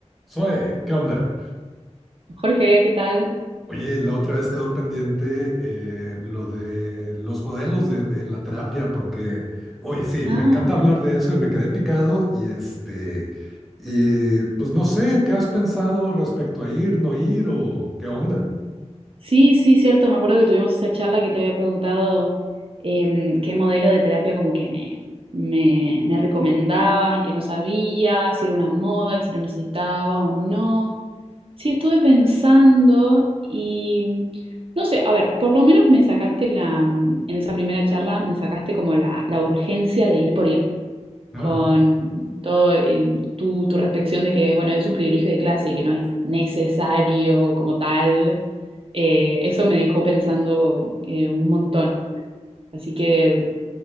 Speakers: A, in the centre; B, on the right.
A: Zoe, ¿qué onda?
B: Jorge, ¿qué tal?
A: Oye, la otra vez quedó pendiente eh, lo de los modelos de, de la terapia, porque, oye, sí,
B: Ah,
A: me encanta hablar de eso y me quedé picado y este, y pues no sé, ¿qué has pensado respecto a ir, no ir o qué onda? <laughs>
B: sí, sí, cierto. Me acuerdo que tuvimos esa charla que te había preguntado em, qué modelo de terapia como que me, me, me recomendabas y que no sabía si era una moda y si lo necesitaba o no. Sí, estuve pensando y mm, no sé, a ver, por lo menos me sacaste la, mm, en esa primera charla me sacaste como la, la urgencia de ir por ir.
A: Ah,
B: con todo eh, tu, tu reflexión de que, bueno, es un privilegio de clase y que no es necesario como tal, eh, eso me dejó pensando eh, un montón. Así que,